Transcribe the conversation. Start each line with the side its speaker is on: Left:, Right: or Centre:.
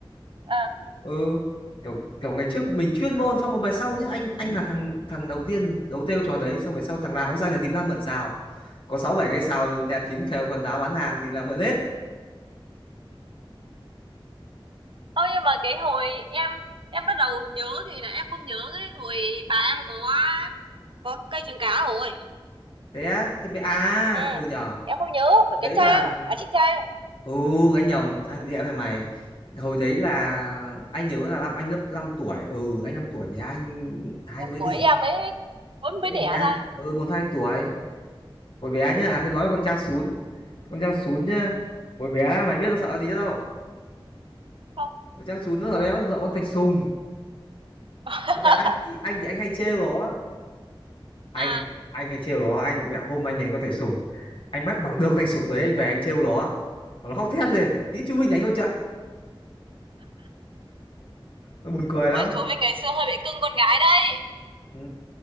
Right: à
Left: ừ kiểu kiểu ngày trước mình chuyên môn xong rồi về sau nhá anh anh là thằng thằng đầu tiên đấu têu trò đấy xong về sau thằng nào cũng ra nhà thím ra mượn xào có sáu bảy cái xào nhà thím khều khần đáo bán hàng thì là mượn hết
Right: Thôi nhưng mà cái hồi em em bắt đầu nhớ thì là em không nhớ cái hồi bà em có có cây trứng cá rồi.
Left: thế á thế bị à
Right: Ừ,
Left: ừ nhở
Right: em không nhớ
Left: đấy
Right: về cái Trang,
Left: là
Right: à chị Trang.
Left: ừ anh nhầm hai chị em nhà mày hồi đấy là
Right: Ừ,
Left: anh nhớ là năm anh lớp 5 tuổi ừ anh 5 tuổi thì anh hai
Right: em
Left: mới
Right: tuổi
Left: đẻ
Right: em mới mới
Left: mới
Right: mới
Left: đẻ
Right: đẻ ra.
Left: ừ một hai tuổi hồi bé nhá à thế nói con Trang Sún con Trang Sún nhá hồi bé mày biết nó sợ gì chứ đâu
Right: Không.
Left: Con Trang Sún nó là béo dọa con Thạch Sùng
Right: <laughs>
Left: Thế là anh thì anh thì anh hay trêu nó anh
Right: À,
Left: anh hay trêu nó anh mẹ hôm anh đánh con Thạch Sùng anh bắt bằng được con Thạch Sùng đấy anh về anh trêu nó nó khóc thét lên tí chú Vinh đánh con trận nó buồn cười lắm
Right: ôi chú với ngày xưa hơi bị cưng con gái đấy.
Left: ừ,